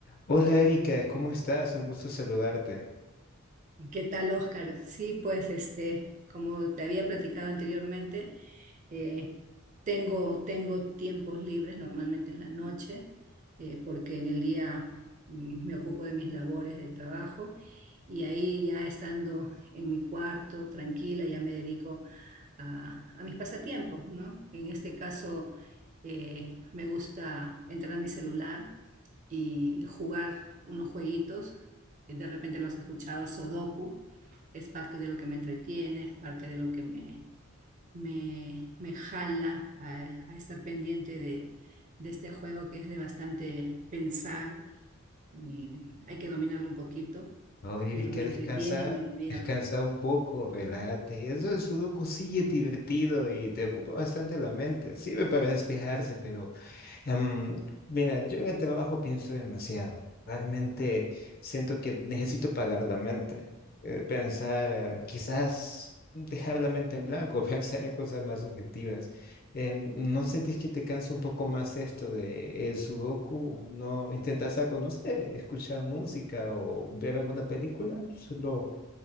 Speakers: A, on the left (about 45°); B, on the right (about 35°).
A: Hola Erika, ¿cómo estás? Un gusto saludarte.
B: ¿Qué tal, Oscar? Sí, pues este, como te había platicado anteriormente, eh, tengo, tengo tiempos libres normalmente en la noche, eh, porque en el día mm, me ocupo de mis labores de trabajo y ahí ya estando en mi cuarto tranquila, ya me dedico a, a mis pasatiempos, ¿no? En este caso, eh, me gusta entrar a mi celular y jugar unos jueguitos. eh, De repente lo has escuchado, Sudoku. Es parte de lo que me entretiene, es parte de lo que me, me, me jala a, a estar pendiente de, de este juego que es de bastante pensar y hay que dominarlo un poquito,
A: Oye
B: pero
A: Erika,
B: me
A: descansa,
B: entretiene y me divierte.
A: descansa un poco, relájate. Eso del sudoku sí es divertido y te ocupa bastante la mente. Sirve para despejarse, pero em, mira, yo en el trabajo pienso demasiado. Realmente siento que necesito pagar la mente. eh, pensar, eh, quizás dejar la mente en blanco, <laughs> pensar en cosas más subjetivas. em, ¿no sentís que te cansa un poco más esto de el sudoku? ¿No intentas algo, no sé, escuchar música o ver alguna película? Solo,